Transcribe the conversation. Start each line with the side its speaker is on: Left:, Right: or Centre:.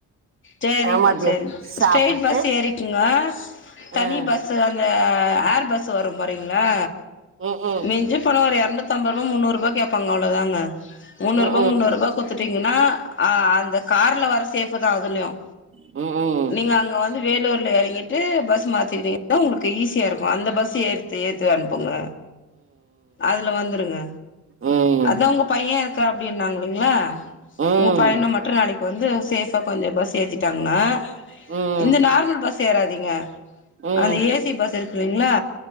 Left: சேரிம்மா
Right: ஏமாத்தி
Left: சேரிம்மா
Right: சாப்பிட்டு
Left: ஸ்ட்ரட் பஸ் ஏறிக்குங்க தனி
Right: ம்
Left: பஸ் ஸ்ஸு அந்த ஏர் பஸ் வரும் போறீங்களா
Right: ம் ம்
Left: மிஞ்சு போன ஒரு இருநுத்தம்பது ரூவா முன்னுருபா கேட்பங்க அவ்ளோதாங்க முன்னூரூபா
Right: ம்
Left: முன்னூரூபா குத்துட்டீங்கன்னா அ அந்த கார்ல வர சேஃப் தான் அதுலயும்
Right: ம் ம் ம்
Left: நீங்க அங்க வந்து வேலூரல இறங்கிட்டு பஸ் மாதிட்டிங்கண உங்களுக்கு ஈஸியா இருக்கும் அந்த பஸ் ஏத்து ஏத்து அனுப்புங்க அதுல வந்துருங்க
Right: ம்
Left: அதா ஒங்க பையன் இருக்கா அப்டின்னாங்கலேங்களா
Right: ம்
Left: ஒங்க பைய்யன மட்டு நாளைக்கு இப்போ வந்து சேஃபா கொஞ்ச பஸ் ஏத்திட்டாங்கன்னா
Right: ம்
Left: இந்த நார்மல் பஸ் ஏறாதீங்க
Right: ம்
Left: அது ஏ சி பஸ் இருக்குகில்லேங்களா